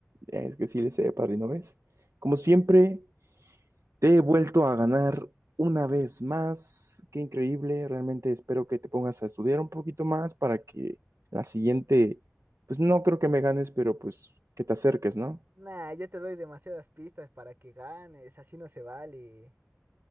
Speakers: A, on the right; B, on the right.
A: es que sí le sé, padrino, ¿ves? Como siempre, te he vuelto a ganar una vez más. Qué increíble, realmente espero que te pongas a estudiar un poquito más para que la siguiente, pues no creo que me ganes, pero pues que te acerques, ¿no?
B: Nah, yo te doy demasiadas pistas para que ganes, así no se vale.